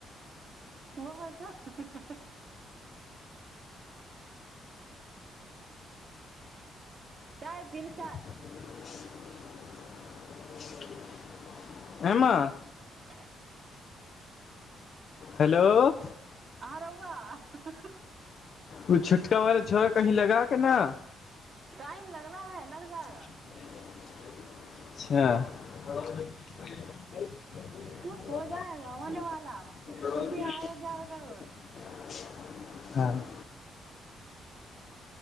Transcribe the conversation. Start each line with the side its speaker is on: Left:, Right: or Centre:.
Right: ओ ह ह ह चाय पी
Left: <unintelligible>
Right: चाय
Left: <unintelligible> ए मां
Right: ह
Left: हेलो
Right: आ रौआ हह ह
Left: ओ छुटका वाला छोरा कही लगा के न
Right: टाइम लग रहा है
Left: अच्छा
Right: लग जाएगा हो जाएगा होने वाला रुपया आएगा ग्यारह करोड़
Left: हँ